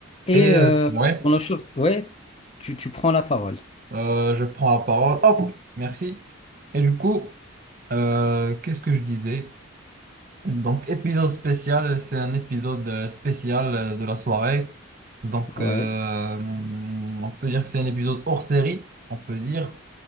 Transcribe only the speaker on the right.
Et euh,
ouais,
euh, je prends la parole. Hop, merci. Et du coup, euh, qu'est-ce que je disais? Donc, épisode spécial, c'est un épisode euh, spécial euh, de la soirée. Donc,
euh, on peut dire que c'est un épisode hors série, on peut dire.